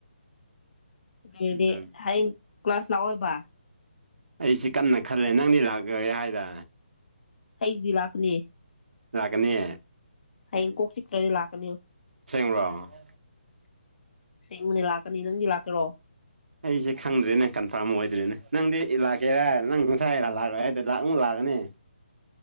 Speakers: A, on the left; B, on the right.
A: ꯑꯗꯨꯗꯤ
B: ꯑꯗꯨ
A: ꯍꯌꯦꯡ ꯀ꯭ꯂꯥꯁ ꯂꯥꯛꯑꯣꯏꯕ
B: ꯑꯩꯁꯤ ꯀꯟꯅ ꯈꯜꯂꯦ ꯅꯪꯗꯤ ꯂꯥꯛꯂꯦ ꯍꯥꯏꯗꯥ
A: ꯑꯩꯕꯤ ꯂꯥꯛꯅꯦ
B: ꯂꯥꯛꯀꯅꯤ
A: ꯑꯩ ꯀꯣꯛ ꯆꯤꯀꯞꯒꯤ ꯂꯥꯛꯀꯅꯤ
B: <unintelligible>
A: ꯁꯦꯡꯕꯅꯤ ꯂꯥꯛꯀꯅꯤ ꯅꯪꯗꯤ ꯂꯥꯛꯇꯔꯣ
B: ꯑꯩꯁꯦ ꯈꯪꯗ꯭ꯔꯦꯅꯦ ꯀꯟꯐꯥꯔꯝ ꯑꯣꯏꯗ꯭ꯔꯦꯅꯦ ꯅꯪꯗꯤ ꯏꯂꯥꯛꯀꯦꯔꯥ ꯅꯪ ꯉꯁꯥꯏꯅ ꯂꯥꯛꯂꯣꯏ ꯍꯥꯏꯗꯨ ꯂꯥꯛꯃꯨꯛ ꯂꯥꯛꯀꯅꯤ